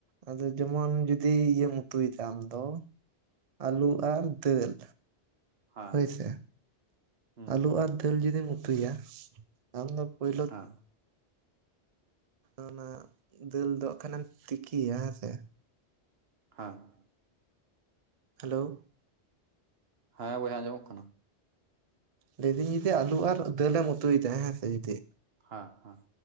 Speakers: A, on the right; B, on the right.
A: ᱟᱫᱚ ᱡᱮᱢᱚᱱ ᱡᱩᱫᱤ ᱤᱭᱟᱹᱢ ᱩᱛᱩᱭ ᱫᱟ ᱟᱢ ᱫᱚᱼᱼ ᱟᱹᱞᱩ ᱟᱨ ᱫᱟᱹᱞ,
B: ᱦᱮᱸ
A: ᱦᱳᱭ ᱥᱮᱼᱼ
B: ᱦᱩᱸ
A: ᱟᱹᱞᱩ ᱟᱨ ᱫᱟᱹᱞ ᱡᱩᱫᱤᱢ ᱩᱛᱩᱭᱟ ᱟᱢ ᱫᱚ ᱯᱳᱭᱞᱳᱼᱼ
B: ᱦᱮᱸ
A: ᱚᱱᱟ ᱫᱟᱹᱞ ᱫᱚ ᱦᱟᱸᱜ ᱠᱷᱟᱱᱮᱢ ᱛᱤᱠᱤᱭᱟ ᱦᱮᱸ ᱥᱮᱼᱼ
B: ᱦᱟᱸᱼᱼ
A: ᱦᱮᱞᱳ ᱾
B: ᱦᱮᱸ ᱵᱚᱭᱦᱟ ᱟᱸᱡᱚᱢᱚᱜ ᱠᱟᱱᱟ ᱾
A: ᱞᱟᱹᱭ ᱫᱟᱹᱧ ᱡᱩᱫᱤ ᱟᱹᱞᱩ ᱟᱨ ᱫᱟᱹᱞ ᱮᱢ ᱩᱛᱩᱭ ᱮᱫᱟ ᱦᱮᱸᱥᱮ ᱡᱩᱫᱤᱼᱼ
B: ᱦᱟᱸ ᱦᱟᱸᱼᱼ